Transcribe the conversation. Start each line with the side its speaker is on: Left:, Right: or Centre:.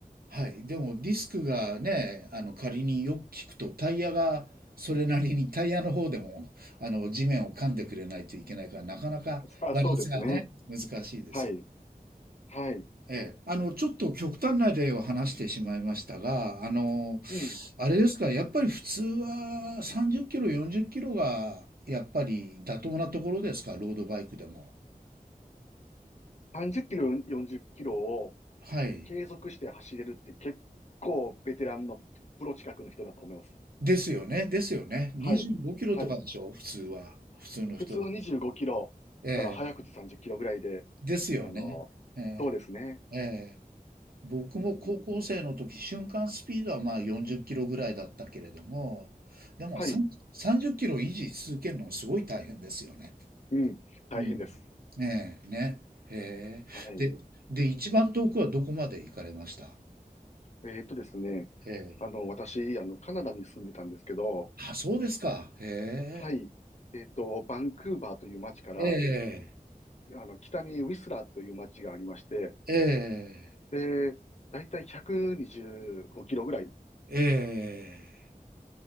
Right: はい。でもディスクがね、あの仮によく聞くとタイヤがそれなりにタイヤの方でもあの地面を噛んでくれないといけないからなかなかバランスがね、
Left: あ、そうですね。
Right: 難しいですよ。
Left: はい。はい。
Right: ええ。あの、ちょっと極端な例を話してしまいましたが、あの、
Left: うん。
Right: あれですか、やっぱり普通は30キロ、40キロがやっぱり妥当なところですか、ロードバイクでも。
Left: 30キロ、40キロを
Right: はい。
Left: 継続して走れるって結構ベテランのプロ近くの人だと思います。
Right: ですよね、ですよね。25キロとかでしょ、
Left: はい。はい。
Right: 普通は。普通の人だ。
Left: 普通は25キロから早くて30キロぐらいで、
Right: ええ。ですよね。
Left: あの、
Right: え
Left: そうですね。
Right: え、ええ。僕も高校生の時、
Left: うん。
Right: 瞬間スピードはまあ40キロぐらいだったけれども、でもさん30キロ維持し続けるのもすごい大変ですよね。
Left: はい。うん。大変です。
Right: うん。ええ、ね。へえ。
Left: はい。
Right: で、で、
Left: うん、
Right: 一番遠くはどこまで行かれました
Left: えーっとですね。
Right: ええ。
Left: あの、私、あの、カナダに住んでたんですけど、
Right: あ、そうですか。へえ。
Left: はい。えーっと、バンクーバーという街から、
Right: ええ、
Left: あの、北にウィスラーという街がありまして、
Right: ええ、
Left: で、だいたい125キロぐらい
Right: ええ。